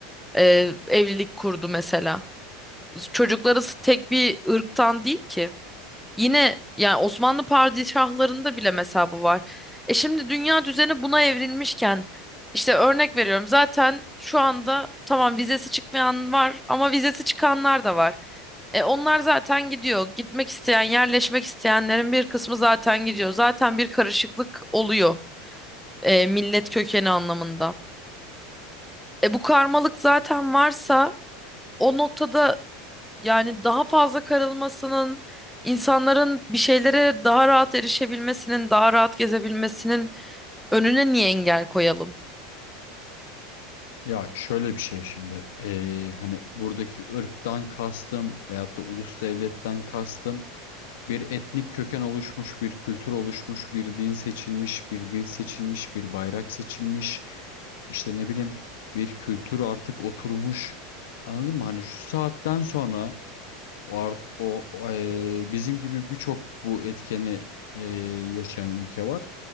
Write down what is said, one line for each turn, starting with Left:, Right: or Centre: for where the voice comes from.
Centre: e, evlilik kurdu mesela? Çocukları tek bir ırktan değil ki. Yine yani Osmanlı padişahlarında bile mesela bu var. E şimdi dünya düzeni buna evrilmişken işte örnek veriyorum zaten şu anda tamam vizesi çıkmayan var ama vizesi çıkanlar da var. E onlar zaten gidiyor. Gitmek isteyen, yerleşmek isteyenlerin bir kısmı zaten gidiyor. Zaten bir karışıklık oluyor e, millet kökeni anlamında. E bu karmalık zaten varsa o noktada yani daha fazla karılmasının, insanların bir şeylere daha rahat erişebilmesinin, daha rahat gezebilmesinin önüne niye engel koyalım?
Left: ya şöyle bir şey şimdi e, hani buradaki ırktan kastım veyahut da ulus devletten kastım Bir etnik köken oluşmuş, bir kültür oluşmuş, bir din seçilmiş, bir dil seçilmiş, bir bayrak seçilmiş. İşte ne bileyim bir kültür artık oturmuş. Anladın mı? Hani şu saatten sonra o, art, o o, eee, bizim gibi birçok bu etkeni eee, yaşayan ülke var.